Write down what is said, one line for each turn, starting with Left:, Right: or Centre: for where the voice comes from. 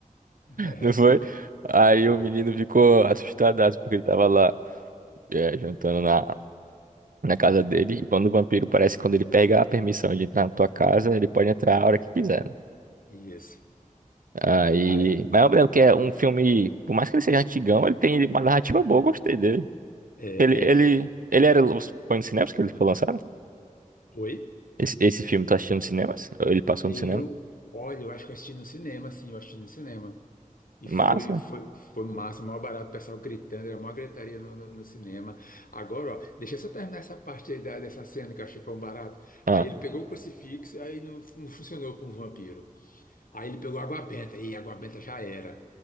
Left: <laughs> É,
Right: não foi? Aí
Left: Foi.
Right: o menino ficou assustadaço porque ele tava lá, é, jantando na, na casa dele, e quando o vampiro parece que quando ele pega a permissão de entrar na tua casa, ele pode entrar a hora que quiser.
Left: Isso.
Right: Aí,
Left: Aí,
Right: mas eu lembro que é um filme, por mais que ele seja antigão, ele tem uma narrativa boa, eu gostei dele.
Left: é,
Right: Ele, ele,
Left: é,
Right: ele era, foi nos cinemas que ele foi lançado?
Left: Oi?
Right: Esse, esse filme tá assistindo nos cinemas? Ou Ele passou
Left: Eu,
Right: no cinema?
Left: olha, eu acho que eu assisti no cinema, sim, eu assisti no cinema. E foi,
Right: Massa.
Left: foi, foi massa, maior barato, o pessoal gritando, era a maior gritaria no, no, no cinema. Agora, ó, deixa eu só terminar essa parte aí da, dessa cena que eu achei pão barato.
Right: Ah,
Left: Aí ele pegou o crucifixo, aí não, não funcionou com o vampiro. Aí ele pegou água benta, e água benta já era.